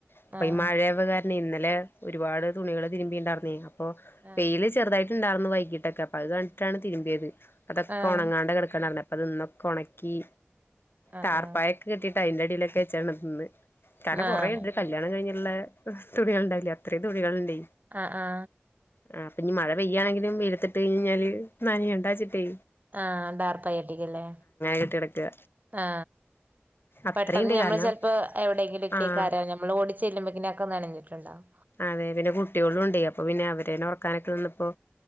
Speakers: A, on the left; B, on the right.
A: അപ്പൊ
B: ആഹ്
A: ഈ മഴയാവ കാരണം ഇന്നലെ ഒരുപാട് തുണികള് തിരുമ്പിണ്ടാരുന്നേ അപ്പൊ
B: ആഹ്
A: വെയില് ചെറുതായിട്ട് ഇണ്ടായിർരുന്നു വൈകീട്ടൊക്കെ അപ്പൊ അത് കണ്ടിട്ടാണ് തിരുമ്പിയത് അതൊക്കെ
B: ആഹ്
A: ഉണങ്ങാണ്ട് കിടക്കാണ്ടായിരുന്നുേ അപ്പൊ അത് ഇന്നൊക്കെ ഉണക്കി
B: ആഹ്
A: താർപ്പായൊക്കെ കെട്ടിട്ട് അതിന്റെ അടിയിലൊക്കെ വെച്ചാണ്ന്ന് ഇന്ന് കാരണം
B: ആഹ് ആഹ്
A: കുറേയുണ്ട് കല്യാണം കഴഞ്ഞ ഉള്ള തുണികൾ ഉണ്ടാവില്ലേ അത്രയും തുണികൾ ഉണ്ട്
B: ആ ആ
A: ആ അപ്പ ഇനി മഴ പെയ്യണെങ്കില വിലലത്തിട്ട് കഴിഞ്ഴിഞ്ഞാല് നനയ ണ്ടച്ചിട്ടേ
B: ആ ഡാർപ്പായിട്ടിക്കല്ലേ
A: കെട്ടി കിടക്കുക
B: ആ
A: അത്രയുണ്ട്
B: പെട്ടെന്ന് ഞമ്മള്
A: കാരണം
B: ചെലപ്പോ എ വിടെങ്കില ഒക്ക
A: ആഹ്
B: കാരോ നമ്മൾ ഓടിച്ചെല്ല്പോക്ക് അതോക്കേ നനഞ്ഞിട്ടുണ്ടാ വും
A: അതെ പിന്നെ കുട്ടികളും ഉണ്ട് അപ്പൊ പിന്നെ അവരന്നെ ഉറക്കാനൊക്കെ നിന്നപ്പോ